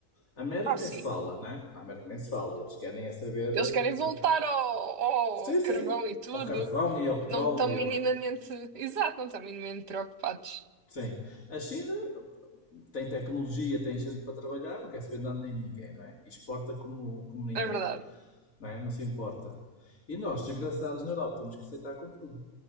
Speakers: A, on the left; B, on the right.
A: A América
B: Ah,
A: nem
B: sim.
A: se fala, né? Na América nem se fala. Eles querem é saber
B: Eles
A: eh,
B: querem
A: de...
B: voltar ao,
A: Sim,
B: ao
A: sim.
B: carvão e tudo.
A: Ao carvão e ao petróleo.
B: Não estão minimamente. Exato, não estão minimamente preocupados.
A: Sim. A China tem tecnologia, tem gente para trabalhar, não quer saber nada nem ninguém, não é? E exporta como, como ninguém,
B: É verdade.
A: não é? Não se importa. E nós, desgraçados na Europa, temos que aceitar com tudo,